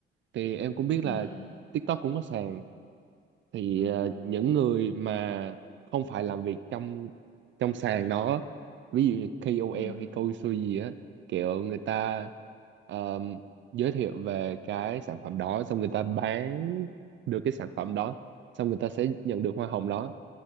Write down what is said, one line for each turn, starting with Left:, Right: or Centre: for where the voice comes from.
Right: thì em cũng biết
Left: ừ
Right: là TikTok cũng có sàn thì
Left: ừ
Right: ờ, những người mà không phải làm việc trong trong sàn đó ví dụ như KOL
Left: ừ
Right: hay câu xuôi gì á kiểu người ta ờm, giới thiệu về cái sản phẩm đó xong người ta bán được cái sản phẩm đó xong người ta sẽ nhận được hoa hồng đó